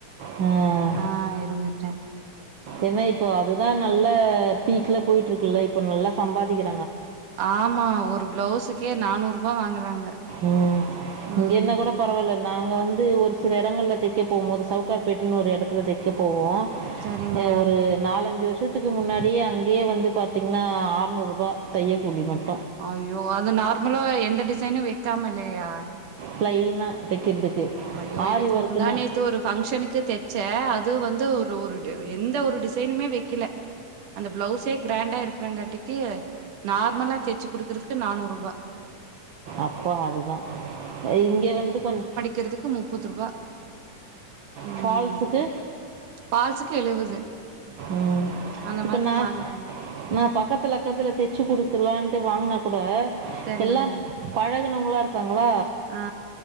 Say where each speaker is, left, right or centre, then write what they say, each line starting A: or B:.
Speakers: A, on the right (about 55°); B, on the right (about 80°).
A: ஹாம்
B: ஆஹ் இருந்துட்டேன்
A: ஏன்னா இப்போ அதுதான் நல்லா பீக்ல போயிட்டு இருக்குல்ல இப்ப நல்லா சம்பாதிக்கலாம்
B: ஆமா ஒரு பிளவுஸ் கே நானூறுபா வாங்குறாங்க
A: ம்
B: ம்
A: இங்க என்ன கூட பரவாயில்ல நாங்க வந்து ஒரு சில சில இடங்களில் தைக்க போகும் போது சவுக்கார்பேட்டுன்னு ஒரு இடத்துல தைக்க போவோம்
B: சரிங்க
A: ஒரு நாலஞ்சு வருஷம் வருஷத்துக்கு முன்னாடியே அங்கேயே வந்து பார்த்தீங்கன்னா ஆறுநூறுபா தையக்கூலி மட்டும்
B: அய்யோ அது நார்மலா எந்த டிசைனும் கம இல்லையா
A: பிளைனா தைக்கிறதுக்கு
B: ஐயோ
A: ஆரி
B: எனக்கு
A: ஒர்க்குன்னு
B: முந்தானேத்து ஒரு பஃங்க்ஷனுக்கு தைச்சேன் அது வந்து ஒரு ருடு எந்த ஒரு டிசைனுமே வைக்கல அந்த பிளவுஸே கிராண்டா இருக்கிறங்காட்டிக்கு நார்மலா தச்சு குடுக்கறக்கு நானூறு ரூபாய்
A: அப்போ அதுதான் இங்க வந்து கொஞ்ச
B: தைக்குறதுக்கு முப்பது ரூபாய் உம்
A: ஃபால்ஸுக்கு
B: பால்ஸுக்கு எழுவது
A: உம்
B: அந்த
A: இப்ப
B: மாதிரி
A: நான்
B: வாங்குறாங்க
A: நான் பக்கத்துல அக்கத்துல தச்சு குடுக்கலான் போய் வாங்கினா கூட
B: சரிங்க
A: எல்லாம் பழகுனவங்களா சா ல
B: ஆ